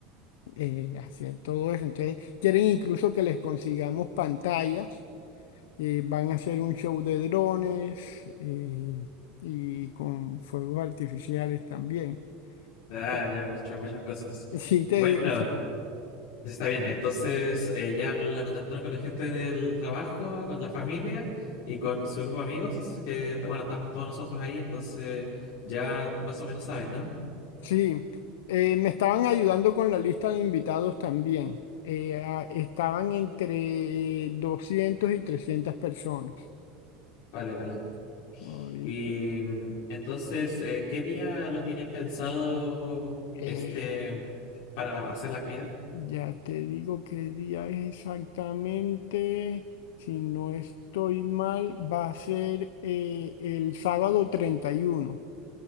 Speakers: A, on the left; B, on the left.
A: eh, hacer todo eso. Entonces, quieren incluso que les consigamos pantallas, eh, van a hacer un show de drones eh, y con fuegos artificiales también.
B: Ah,
A: <laughs>
B: ya, hemos hecho muchas cosas.
A: Eh, Sí, te
B: Bueno,
A: digo,
B: está bien. Entonces, eh, ya la contactaron con la gente del trabajo, con la familia y con su grupo de amigos, que, bueno, estamos todos nosotros ahí, entonces ya más o menos saben, ¿no?
A: Sí, eh, me estaban ayudando con la lista de invitados también. Eh, a- estaban entre 200 y 300 personas.
B: Vale, vale.
A: Ahorita,
B: Y mm, entonces, eh, ¿qué día lo tienen pensado
A: eh,
B: este para hacer la actividad?
A: ya te digo qué día es exactamente. Si no estoy mal, va a ser eh, el sábado 31.